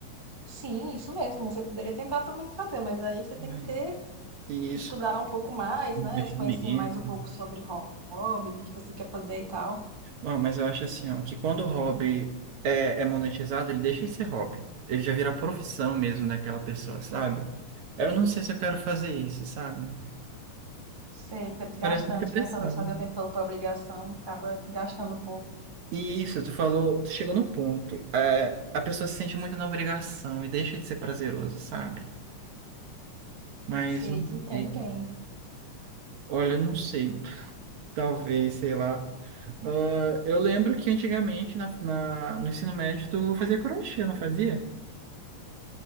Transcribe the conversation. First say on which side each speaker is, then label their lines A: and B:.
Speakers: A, on the right (about 15°); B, on the right (about 65°).
A: Sim, isso mesmo, você poderia tentar também fazer, mas aí você tem
B: Ai,
A: que ter,
B: Isso,
A: estudar um pouco mais,
B: investimento.
A: né? Se conhecer mais um pouco sobre ho- hobby, o que você quer fazer e tal.
B: Bom, mas eu acho assim, ó, que quando o hobby é, é monetizado, ele deixa de ser hobby. Ele já vira profissão mesmo daquela pessoa, sabe? Eu não sei se eu quero fazer isso, sabe?
A: Sei que é desgastante,
B: Parece muita pressão.
A: né? Talvez fazer o tempo todo por obrigação acaba desgastando um pouco.
B: E Isso, tu falou, tu chegou no ponto. É, a pessoa se sente muito na obrigação e deixa de ser prazeroso, sabe? Mas
A: Sei,
B: não
A: te entendo
B: sei.
A: bem.
B: Olha, eu não sei. <laughs> Talvez, sei lá. Ah, eu lembro que antigamente na, na- no ensino médio tu fazia crochê, não fazia?